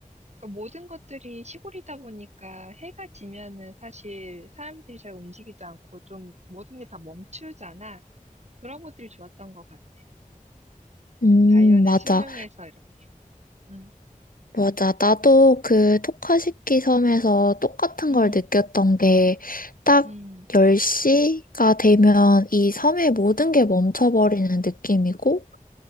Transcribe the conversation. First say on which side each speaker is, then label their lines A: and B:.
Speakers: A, on the right; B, on the left.
A: 그 모든 것들이 시골이다 보니까 해가 지면은 사실 사람들이 잘 움직이지 않고 좀 모든 게 다 멈추잖아. 그런 것들이 좋았던 것 같아.
B: 음,
A: 자연의
B: 맞아.
A: 순응해서 이렇게. 응,
B: 맞아. 나도 그 토카시키 섬에서 똑같은
A: 응,
B: 걸 느꼈던 게 딱
A: 응,
B: 10시가 되면 이 섬의 모든 게 멈춰버리는 느낌이고